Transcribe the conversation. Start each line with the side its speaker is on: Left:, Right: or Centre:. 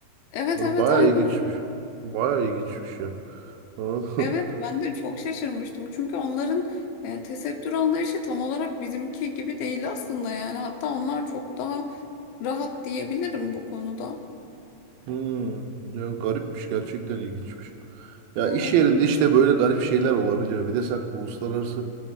Left: Evet
Right: Baya
Left: evet aynen.
Right: ilginçmiş. Baya ilginçmiş ya. Vallahi-
Left: Evet
Right: <laughs>
Left: ben de çok şaşırmıştım. Çünkü onların e, tesettür anlayışı tam olarak bizimki gibi değil aslında yani. Hatta onlar çok daha rahat diyebilirim bu konuda.
Right: Hmm. Ya garipmiş gerçekten ilginçmiş. Ya
Left: Evet.
Right: iş yerinde işte böyle garip şeyler olabiliyor. Bir de sen uluslararası